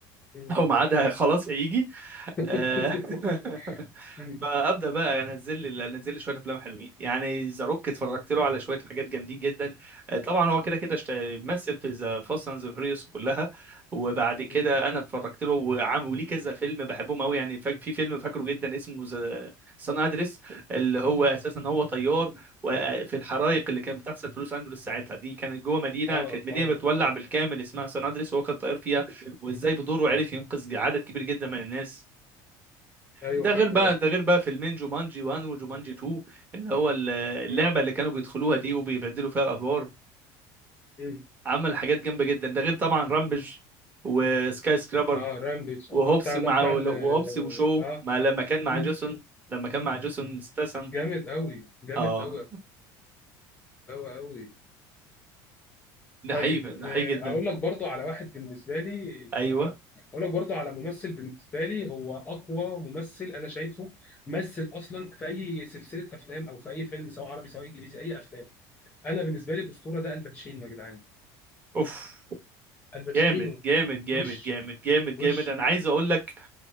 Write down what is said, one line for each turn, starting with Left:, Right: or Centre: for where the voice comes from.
Left: مم.
Right: او ميعادها خلاص هيجي آه،
Left: <laughs>
Right: <laughs>
Left: مم.
Right: فابدا بقى يعني انزل لي انزل لي شويه افلام حلوين يعني ذا روك اتفرجت له على شويه حاجات جامدين جدا آه، طبعا هو كده كده اشت- مثل في ذا فاست اند فيوريوس كلها وبعد كده
Left: مم.
Right: انا اتفرجت له وعم وليه كذا فيلم بحبهم قوي يعني فاك- في فيلم فاكره جدا اسمه ذا سان ادريس اللي هو اساسا هو طيار
Left: مم.
Right: وفي الحرائق اللي كانت بتحصل في لوس انجلوس ساعتها دي كانت جوه مدينه
Left: اه
Right: كانت مدينه
Left: اه
Right: بتولع
Left: اه
Right: بالكامل اسمها سان ادريس وهو كان طيار فيها وازاي
Left: مم.
Right: بدوره عرف ينقذ عدد كبير جدا من الناس
Left: ايوه
Right: ده
Left: فاكره
Right: غير بقى
Left: ده
Right: ده غير بقى فيلمين جومانجي 1 وجومانجي 2 اللي هو ال- اللعبه
Left: مم.
Right: اللي كانوا بيدخلوها دي وبيبدلوا فيها الادوار
Left: مم.
Right: عمل حاجات جامده جدا ده غير طبعا رامبج وسكاي سكرابر
Left: اه رامبيج
Right: وهوبس
Left: اه بتاع
Right: ومع
Left: اللي هو بتاع
Right: وهوبس
Left: ال
Right: وشو
Left: اه
Right: مع لما كان مع
Left: مم.
Right: جيسون
Left: مم.
Right: لما كان مع جيسون استسم
Left: جامد قوي جامد
Right: اه
Left: قوي قوي قوي
Right: ده
Left: طيب
Right: حقيقي ده
Left: آه،
Right: حقيقي جدا
Left: اقول لك برضو على واحد بالنسبه لي
Right: ايوه
Left: اه اقول لك برضو على ممثل بالنسبه لي هو اقوى ممثل انا شايفه مثل اصلا في اي سلسله افلام او في اي فيلم سواء عربي سواء انجليزي اي افلام انا بالنسبه لي الاسطوره ده الباتشينو يا جدعان
Right: اوف
Left: الباتشينو
Right: جامد جامد جامد
Left: وش
Right: جامد جامد
Left: وش
Right: جامد انا عايز اقول لك